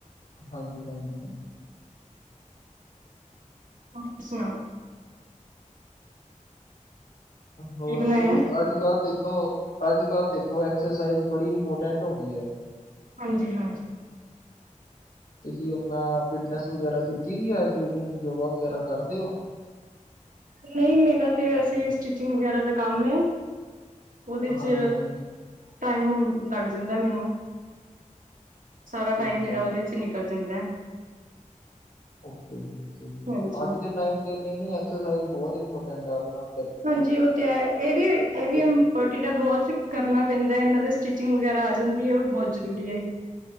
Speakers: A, on the left; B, on the right.
A: ਹਾਂਜੀ ਹਾਂਜੀ ਹਾਂਜੀ
B: ਹ ਸੁ
A: ਹੋਰ
B: ਕੀ ਬਣਾਇਆ?
A: ਜੀ ਅੱਜ ਕੱਲ੍ਹ ਦੇ ਹੋਰ ਅੱਜ ਕੱਲ ਦੇਖੋ ਐਕਸਰਸਾਈਜ਼ ਬੜੀ ਇੰਪੋਰਟੈਂਟ ਹੋ ਗਈ ਹੈ,
B: ਹਾਂਜੀ ਹਾਂਜੀ
A: ਤੁਸੀਂ ਆਪਣਾ ਫਿਟਨੈਸ ਵਗੈਰਾ ਕੀਤੀ ਦੀ ਹੈ ਜੋਇਨਿੰਗ ਯੋਗਾ ਵਗੈਰਾ ਕਰਦੇ ਹੋ,
B: ਨਹੀਂ ਮੇਰਾ ਤੇ ਵੈਸੇ ਹੀ ਸਟਿਚਿੰਗ ਵਗੈਰਾ ਦਾ ਕੰਮ ਹੈ <unintelligible> ਉਹਦੇ
A: ਹਾਂਜੀ
B: ਚ
A: ਹਾਂਜੀ,
B: ਟਾਈਮ ਲੱਗ ਜਾਂਦਾ ਮੈਨੂੰ ਸਾਰਾ
A: ਠੀਕ
B: ਟਾਈਮ ਮੇਰਾ
A: ਹੈ। ਜੀ।
B: ਉਹਦੇ 'ਚ ਨਿਕਲ। ਜਾਂਦੈ।
A: ਓਕੇ ਜੀ ਓਕੇ ਜੀ,
B: ਹਾਂਜੀ।
A: ਅੱਜ ਦੇ ਟਾਈਮ ਤੇ ਨਈੰ ਨਈੰ ਐਕਸਰਸਾਈਜ਼ ਬਹੁਤ ਇੰਪੋਰਟੈਂਟ ਐ, ਆਪਨਾ
B: ਹਾਂਜੀ ਉਹ ਤੇ ਐ, ਇਹ ਵੀ ਇਹ ਵੀ
A: ਤੇ
B: ਬਹੁਤ ਕਰਨਾ ਪੈਂਦਾ ਐ, ਇਹਨਾਂ ਦੇ ਸਟਿਚਿੰਗ ਵਗੈਰਾ ਆ ਜਾਂਦੀ ਐ, ਉਹ ਵੀ ਬਹੁਤ ਜ਼ਰੂਰੀ ਏ।